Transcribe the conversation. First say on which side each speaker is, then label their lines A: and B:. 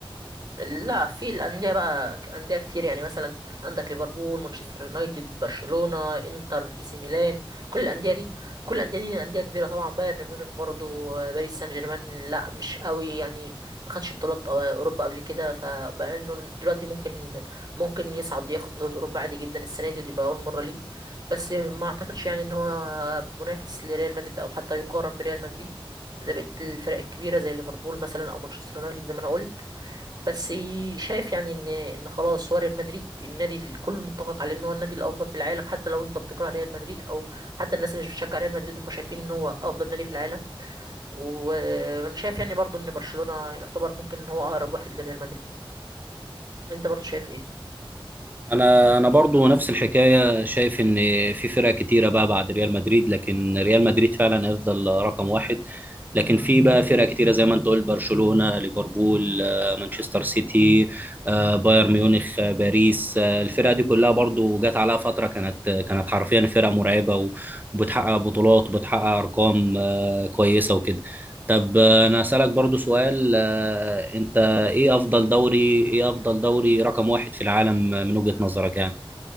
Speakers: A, on the right; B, on the right.
A: لا في الأندية بقى أندية كتير يعني مثلا عندك ليفربول مانشستر يونايتد برشلونة انتر اي سي ميلان كل الأندية دي كل الأندية دي أندية كبيرة طبعا بايرن ميونخ برضو باريس سان جيرمان لا مش قوي يعني ما خدش بطولات آه، أوروبا قبل كده فبقى إنه دلوقتي ممكن ممكن يصعد ياخد بطولة أوروبا عادي جدا السنة دي ودي بقى أول مرة ليه بس ما أعتقدش يعني إن هو منافس لريال مدريد أو حتى يقارن بريال مدريد زي بقية الفرق الكبيرة زي ليفربول مثلا أو مانشستر يونايتد زي ما أنا قلت بس شايف يعني ان ان خلاص هو ريال مدريد النادي الكل متفق عليه ان هو النادي الافضل في العالم حتى لو انت بتكره ريال مدريد او حتى الناس اللي مش بتشجع ريال مدريد هم شايفين ان هو افضل نادي في العالم وانا شايف يعني برضو ان برشلونة يعتبر ممكن ان هو اقرب واحد لريال مدريد انت برضو شايف ايه
B: انا انا برضو نفس الحكايه شايف ان في فرق كتيره بقى بعد ريال مدريد لكن ريال مدريد فعلا هيفضل رقم واحد لكن في بقى فرق كتيره زي ما انت قلت برشلونه ليفربول آه، مانشستر سيتي آه، بايرن ميونخ آه، باريس آه، الفرق دي كلها برضو جت عليها فتره كانت كانت حرفيا فرق مرعبه و- وبتحقق بطولات وبتحقق ارقام آه، كويسه وكده طب آه، انا اسالك برضو سؤال آه، انت ايه افضل دوري ايه افضل دوري رقم واحد في العالم من وجهة نظرك يعني